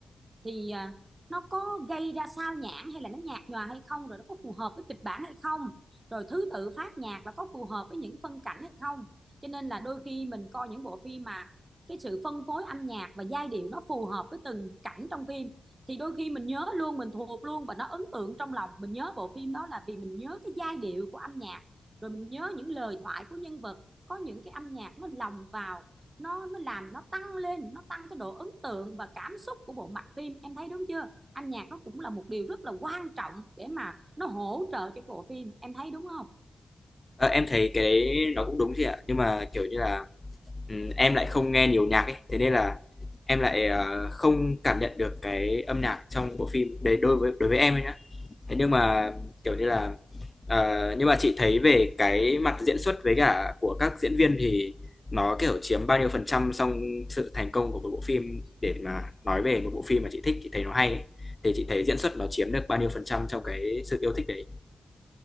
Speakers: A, on the right (about 30°); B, on the left (about 20°).
A: thì à, nó có gây ra sao nhãng hay là nó nhạt nhòa hay không rồi nó có phù hợp với kịch bản hay không rồi thứ tự phát nhạc là có phù hợp với những phân cảnh hay không cho nên là đôi khi mình coi những bộ phim mà cái sự phân phối âm nhạc và giai điệu nó phù hợp với từng cảnh trong phim thì đôi khi mình nhớ luôn mình thuộc luôn và nó ấn tượng trong lòng mình nhớ bộ phim đó là vì mình nhớ cái giai điệu của âm nhạc rồi mình nhớ những lời thoại của nhân vật có những cái âm nhạc nó lồng vào nó nó làm nó tăng lên nó tăng cái độ ấn tượng và cảm xúc của bộ mạch phim em thấy đúng chưa âm nhạc nó cũng là một điều rất là quan trọng để mà nó hỗ trợ cho bộ phim em thấy đúng không
B: Ờ, em thấy cái đấy nó cũng đúng chị ạ, nhưng mà, kiểu như là, ừm, em lại không nghe nhiều nhạc ấy, thế nên là em lại, ờ, không cảm nhận được cái âm nhạc trong bộ phim đấy đối với đối với em ấy nhá. Thế nhưng mà, kiểu như là, ờ, nhưng mà chị thấy về cái mặt diễn xuất với cả của các diễn viên thì nó, kiểu, chiếm bao nhiêu phần trăm trong sự thành công của một bộ phim để mà nói về một bộ phim mà chị thích, chị thấy nó hay ấy, thì chị thấy diễn xuất nó chiếm được bao nhiêu phần trăm trong cái sự yêu thích đấy?